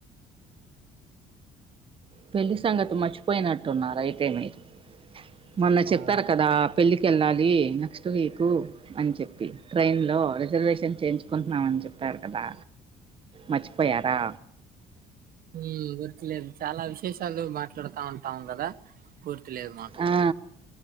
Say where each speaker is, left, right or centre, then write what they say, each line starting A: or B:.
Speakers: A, on the right (about 30°); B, on the right (about 60°).
A: పెళ్లి సంగతి మర్చిపోయినట్టున్నారు అయితే మీరు మొన్న చెప్పాను
B: అవును
A: కదా పెళ్లికెళ్ళాలి అది నెక్స్ట్ వీక్ అని చెప్పి ట్రైన్ లో రిజర్వేషన్ చేయించుకుంటున్నామని చెప్పారు కదా మర్చిపోయారా
B: ఈ గుర్తులేద్ చాలా విశేషాలు మాట్లాడతా ఉంటాం కదా పూర్తిలేదు మాకు
A: ఆ